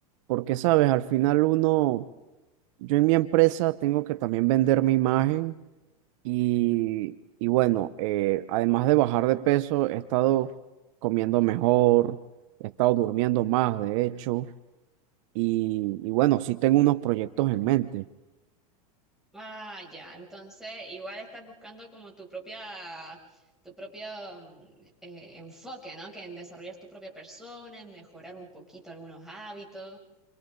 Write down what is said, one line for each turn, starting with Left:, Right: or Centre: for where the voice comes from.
Right: porque sabes, al final uno, yo en mi empresa tengo que también vender mi imagen y, y bueno, eh, además de bajar de peso, he estado comiendo mejor, he estado durmiendo más, de hecho, y, y bueno, sí tengo unos proyectos en mente,
Centre: Ah, ya. Entonces, igual estás buscando como tu propia, tu propio mm, eh, enfoque, ¿no? Que en desarrollar tu propia persona, en mejorar un poquito algunos hábitos.